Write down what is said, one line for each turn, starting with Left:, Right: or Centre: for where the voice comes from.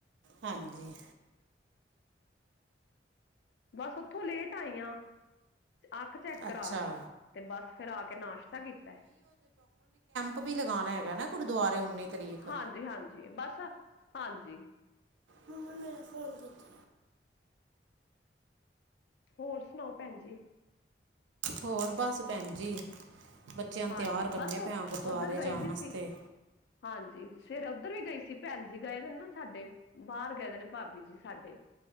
Right: ਹਾਂਜੀ।
Left: ਬਸ ਉਥੋਂ ਲੇਟ ਆਈ ਆਂ। ਅੱਖ ਚੈੱਕ ਕਰਾ
Right: ਅੱਛਾ
Left: ਕੇ, ਤੇ ਬਸ ਫੇਰ ਆ ਕੇ, ਨਾਸ਼ਤਾ ਕੀਤਾ
Right: ਓ ਵੀ ਲਗਾਣਾ ਹੈਗਾ ਨਾ ਗੁਰਦੁਆਰੇ ਉੱਨੀ ਤਰੀਕ
Left: ਹਾਂਜੀ ਹਾਂਜੀ ਬਸ ਹਾਂਜੀ।
Right: ਮੰਮਾ, ਮੇਰਾ ਫੋਨ ਕਿੱਥੇ?
Left: ਹੋਰ ਸੁਨਾਓ, ਭੈਣ ਜੀ?
Right: ਹੋਰ, ਬਸ ਭੈਣ ਜੀ ਬੱਚਿਆਂ ਨੂੰ
Left: ਹਾਂਜੀ
Right: ਤਿਆਰ ਕਰਨੇ
Left: ਬਸ
Right: ਪਏ ਆ, ਗੁਰਦੁਆਰੇ
Left: ਉੱਧਰ ਗਈ
Right: ਜਾਣ
Left: ਦੀ
Right: ਅਸਤੇ
Left: ਸੀ ਹਾਂਜੀ, ਸਵੇਰੇ ਓਦਰ ਵੀ ਗਈ ਸੀ ਭੈਣ ਜੀ ਗਏ ਦੇ, ਨ -ਨਾ ਸਾਡੇ, ਬਾਰ ਗਏ ਦੇ ਨੇ ਭਾਬੀ ਜੀ ਸਾਡੇ,